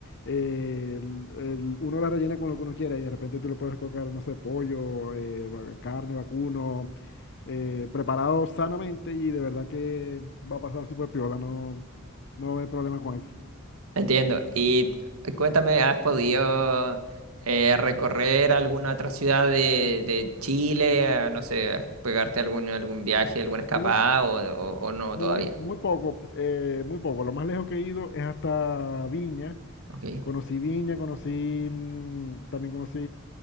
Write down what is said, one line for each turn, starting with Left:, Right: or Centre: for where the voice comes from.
Left: eh, el- el- uno la rellena con lo que uno quiera y de repente tú le puedes colocar, no sé, pollo, eh, va- carne, vacuno, eh, preparado sanamente y de verdad que va a pasar súper piola, no, no hay problema con eso.
Right: Entiendo. Y t- cuéntame, ¿has podido eh, recorrer alguna otra ciudad de, de Chile? Ah, No sé, pegarte algún, algún viaje, alguna escapada
Left: Muy,
Right: o, o, o no
Left: muy,
Right: todavía.
Left: muy poco, eh, muy poco. Lo más lejos que he ido es hasta Viña.
Right: Ok,
Left: Conocí Viña, conocí, mm, también conocí